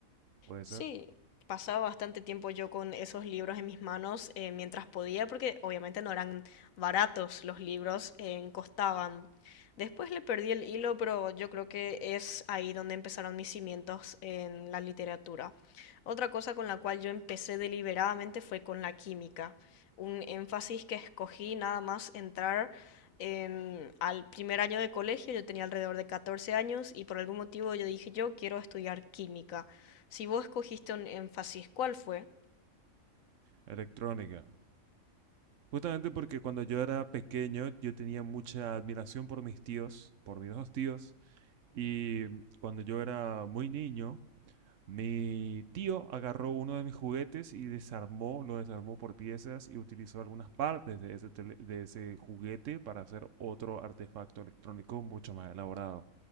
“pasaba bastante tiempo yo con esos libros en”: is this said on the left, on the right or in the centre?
Left